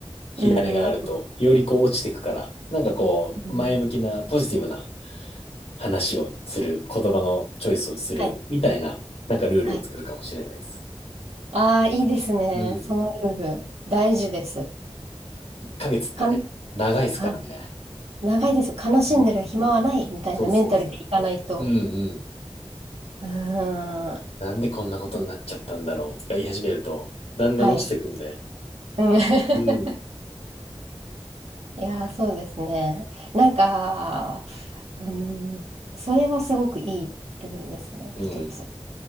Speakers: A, on the left; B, on the right.
A: 火種があると、
B: うん、
A: よりこう落ちてくから、なんかこう、
B: うん。
A: 前向きなポジティブな話をする、言葉のチョイスをする、
B: はい。
A: みたいな、なんかルールを作るかもしれないです。
B: はい。ああ、いいですね。
A: うん。
B: そのルール。大事です。
A: 1ヶ月ってね、
B: かん、
A: 長いですからね。
B: はい。長いですよ。悲しんでる暇はないみたいなメンタルでいかないと。
A: うん。そうそうそうそう。うんうん。
B: うーん。
A: なんでこんなことになっちゃったんだろうとか言い始めると、だんだん落ちてくんで。
B: はい。うん <laughs>
A: うん。
B: いやー、そうですね。なんか、うーん。それはすごくいいルールですね。
A: うん。
B: 一つ。